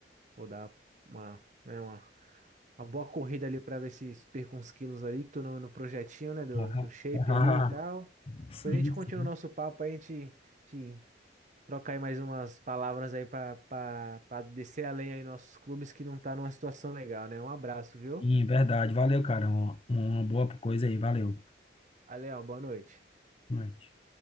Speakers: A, on the right; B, on the left.
A: vou dar uma, né, uma, uma boa corrida ali pra ver se perco uns quilos ali, que tô no, no projetinho, né, do,
B: <laughs>
A: do shape ali e tal.
B: Sim,
A: Depois a gente continua
B: sim.
A: o nosso papo, aí a gente, a gente troca aí mais umas palavras aí pra para descer além aí nossos clubes que não tá numa situação legal, né? Um abraço, viu?
B: Sim, verdade. Valeu, cara. Uma, uma boa coisa aí. Valeu.
A: Valeu, boa noite.
B: Boa noite.